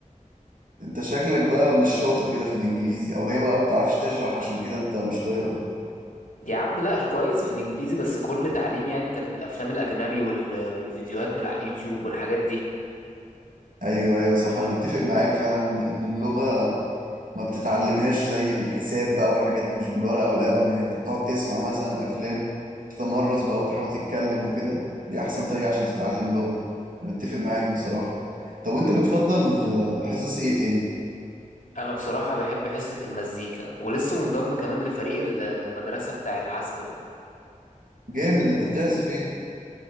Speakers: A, on the right; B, on the left.
A: أنت شكلك بقى مش شاطر كده في الإنجليزي أو هي بقى ما بتعرفش تشرح عشان كده أنت مش طايقها
B: يا عم لا كويس في الإنجليزي بس كل تعليم يعني كانت من الأفلام الأجنبي وال... والفيديوهات من على اليوتيوب والحاجات دي
A: أيوه أيوه صح أنا متفق معاك فعلا إن اللغة ما بتتعلمهاش زي الحساب بقى والحاجات دي مش بالورقة والقلم يعني انت بتقعد تسمع مثلا افلام تتمرس بقى وتحاول تتكلم وكده دي احسن طريقة عشان تتعلم لغة انا متفق معاك بصراحة طب وانت بتفضل آه، حصص ايه تاني
B: أنا بصراحة بحب حصة المزيكا ولسه منضم كمان لفريق المدرسة بتاع العزف ده
A: جامد انت بتعزف ايه